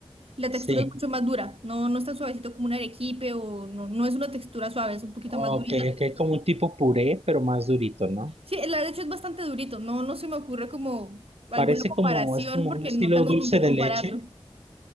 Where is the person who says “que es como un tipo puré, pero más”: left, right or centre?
Right